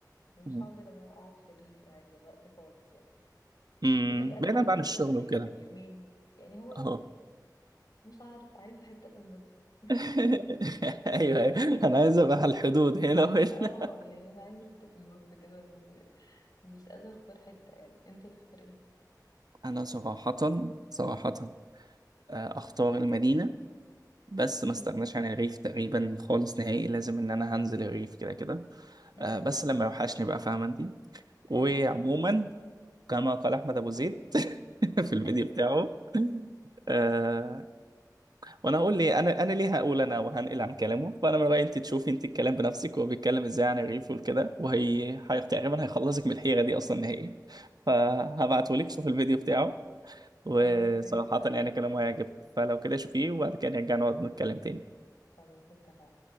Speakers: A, on the left; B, on the right.
A: يعني مش
B: مم.
A: هقدر ان انا اقعد في الريف يعني دلوقتي خالص يعني
B: مم،
A: الا بقى لو
B: بعيدا
A: عايزة
B: بقى عن
A: افصل
B: الشغل
A: دماغي
B: وكده
A: يعني يومين يعني هو
B: اهو
A: مش عارف عايزة حتة في النص <laughs>
B: <laughs> ايوه ايوه انا عايز ابقى على الحدود هنا وهنا
A: اه يعني انا عايزة حتة في النص كده م- مش قادرة اختار حتة يعني انت تختار ايه
B: انا صراحة صراحة آه، اختار المدينة بس
A: امم
B: ما استغناش عن الريف تقريبا خالص نهائي لازم ان انا هنزل الريف كده كده
A: أمم.
B: آه، بس لما يوحشني بقى فاهمة انت وعموما
A: ايوه أيوة.
B: كما قال أحمد أبو زيد <laughs>
A: <laughs>
B: في الفيديو بتاعه آه وأنا هقول لي أنا أنا ليه هقول أنا وهنقل عن كلامه فأنا من رأيي أنت تشوفي أنت الكلام بنفسك هو بيتكلم إزاي عن الريف والكده وهي هي- تقريبا هيخلصك من الحيرة دي أصلا نهائي فهبعتهولك شوف الفيديو بتاعه وصراحة
A: خلاص ماشي بعتولي
B: يعني كلامه هيعجبك فلو كده شوفيه وبعد كده نرجع نقعد نتكلم تاني
A: خلاص اتفقنا